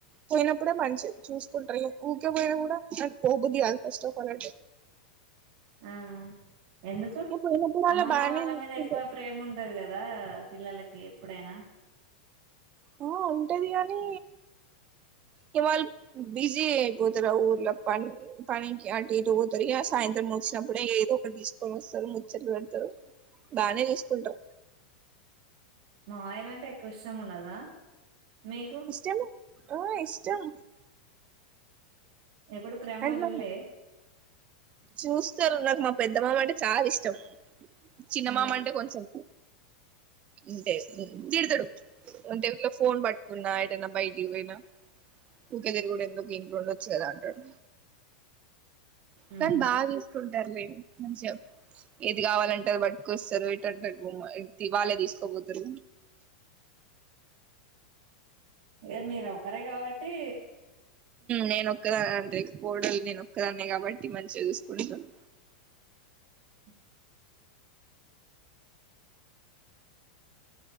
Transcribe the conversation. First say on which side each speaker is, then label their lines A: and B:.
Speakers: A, on the right; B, on the right.
A: పోయినప్పుడే మంచి చూసుకుంటారు. ఊరికే పోయినా కూడా మాకు పోబుది కాదు ఫస్ట్ ఆఫ్ అటు.
B: ఆ ఎందుకు
A: ఇగ పోయినప్పుడల్లా
B: అమ్మమ్మ
A: బానే
B: వాళ్ళ
A: చూసుకుంటారు
B: మీద ఎక్కువ ప్రేమ ఉంటాది కదా. పిల్లలకి ఎప్పుడైనా
A: ఆ ఉంటాది కానీ, ఇ వాళ్ళు బిజీ అయిపోతారు. ఆ ఊర్లో పని పనికి అటు ఇటు పోతారు ఇక సాయంత్రం వచ్చినప్పుడే ఏదో ఒకటి తీసుకొని వస్తారు. ముచ్చట పెడతారు బాగానే తీసుకుంటారు.
B: మావయ్యలు అంటే ఎక్కువ ఇష్టం ఉండదా. మీకు
A: ఇష్టమె ఆ ఇష్టం
B: ఎప్పుడు ప్రేమోగా
A: అంటే
B: జులే
A: నాకు చూస్తారు నాకు మా పెద్దమమ అంటే చాలా ఇష్టం. చిన్నమామ
B: ఆ
A: అంటే కొంచెం అంటే తిడతాడు అంటే ఇట్లా ఫోన్ పట్టుకున్నా ఎటనా బయటికి పోయినా, ఊకదురు కూడా ఎందుకు ఇంట్లో ఉండొచ్చు కదా అంటడు.
B: ఉహు
A: కనీ బవిస్ ఉంటారు లె మంచిం ఏది కావాలంటారు బట్కు ఇస్తారు వటంట. వాళ్ళే తీసుకోపోతారు.
B: ఇ మీరు ఒకరే కాబట్టి
A: నేనొక్కద అంటే కోడలు నేను ఒక్కదాన్న కాబట్టి మంచిగా చూసుకుంటాను.
B: ఉహ్న్